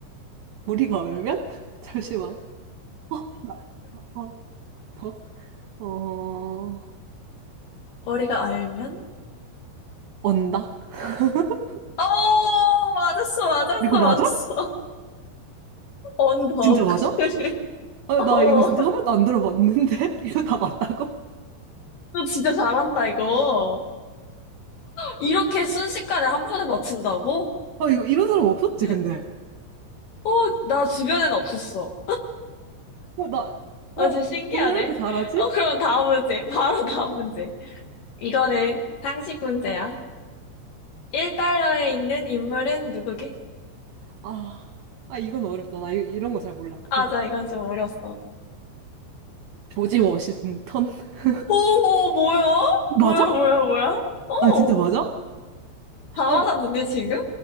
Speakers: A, on the right; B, on the left.
A: 우리가 얼면? <laughs> 잠시만. 어, 나, 어, 덕? 어,
B: 오리가 얼면?
A: 언덕? <laughs>
B: 어, 맞았어, 맞았어,
A: 이거 맞아?
B: 맞았어. 언덕.
A: 진짜 맞아?
B: <laughs>
A: 아,
B: 어,
A: 나 이거 진짜 한 번도 안 들어봤는데? <laughs> 이거 다 맞다고?
B: 너 진짜 잘한다, 이거. 이렇게 순식간에 한 번에 맞춘다고?
A: 아, 이거 이런 사람 없었지,
B: 네.
A: 근데.
B: 어, 나 주변엔 없었어.
A: 어, 나,
B: 아,
A: 어,
B: 진짜 신기하네.
A: 오늘 왜 이렇게 잘하지?
B: 어, 그럼 다음 문제. <laughs> 바로 다음 문제. 이거는 상식 문제야. 1달러에 있는 인물은 누구게?
A: 아, 아, 이건 어렵다. 나 이, 런 거 잘 몰라.
B: 아,
A: 그
B: 자, 이건 좀 어려웠어.
A: 조지 워싱턴? <laughs>
B: 어, 어, 뭐야?
A: 맞아?
B: 뭐야, 뭐야, 뭐야? 어,
A: 아, 진짜 맞아?
B: 다
A: 아,
B: 맞았는데, 지금?